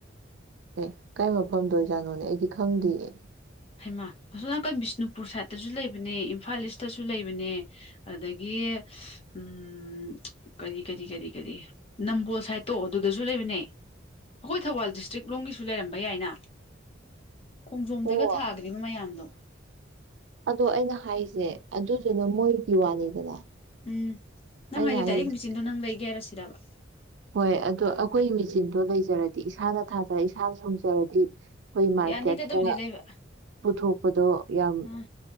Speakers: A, on the right; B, on the left.
A: ꯑꯦ ꯀꯥꯏ ꯃꯐꯝꯗ ꯑꯣꯏꯖꯥꯠꯅꯣꯅꯦ ꯑꯩꯗꯤ ꯈꯪꯗꯤꯑꯦ
B: ꯍꯩꯃꯥ ꯑꯁꯣꯅꯥꯀꯟ ꯕꯤꯁꯅꯨꯄꯨꯔ ꯁꯥꯏꯗꯠꯇꯖꯨ ꯂꯩꯕꯅꯦ ꯏꯝꯐꯥꯜ ꯏꯁꯇꯁꯨ ꯂꯩꯕꯅꯦ ꯑꯗꯒꯤ ꯎꯝ ꯀꯔꯤ ꯀꯔꯤ ꯀꯔꯤ ꯀꯔꯤ ꯅꯝꯕꯣꯜ ꯁꯥꯏꯠꯇꯣ ꯑꯗꯨꯗꯖꯨ ꯂꯩꯕꯅꯦ ꯑꯈꯣꯏ ꯊꯧꯕꯥꯜ ꯗꯤꯁꯇ꯭ꯔꯤꯛ ꯂꯣꯝꯒꯤꯁꯨ ꯂꯩꯔꯝꯕ ꯌꯥꯏꯅ ꯈꯣꯡꯖꯣꯝꯗꯒ
A: ꯑꯣ
B: ꯊꯥꯈ꯭ꯔꯤꯕ ꯃꯌꯥꯝꯗꯣ
A: ꯑꯗꯣ ꯑꯩꯅ ꯍꯥꯏꯖꯦ ꯑꯗꯨꯗꯨꯅ ꯃꯣꯏꯒꯤ ꯋꯥꯅꯤꯗꯅ
B: ꯎꯝ ꯅꯪ
A: ꯑꯩꯅ
B: ꯍꯥꯏꯗꯤ
A: ꯍꯥꯏꯁꯤꯅ
B: ꯗꯥꯏꯔꯦꯛ ꯃꯦꯆꯤꯟꯗꯣ ꯅꯪ ꯂꯩꯒꯦ ꯍꯥꯏꯔ ꯁꯤꯔꯕ
A: ꯍꯣꯏ ꯑꯗꯣ ꯑꯈꯣꯏ ꯃꯦꯆꯤꯟꯗꯣ ꯂꯩꯖꯔꯗꯤ ꯏꯁꯥꯅ ꯊꯥꯖꯔ ꯏꯁꯥꯅ ꯁꯨꯝꯖꯔꯗꯤ ꯈꯣꯏ ꯃꯥꯔꯀꯦꯠꯇ
B: ꯌꯥꯅꯤꯗ ꯑꯗꯨꯕꯨꯗꯤ ꯂꯩꯕ
A: ꯄꯨꯊꯣꯛꯄꯗꯣ ꯌꯥꯝ
B: ꯎꯝ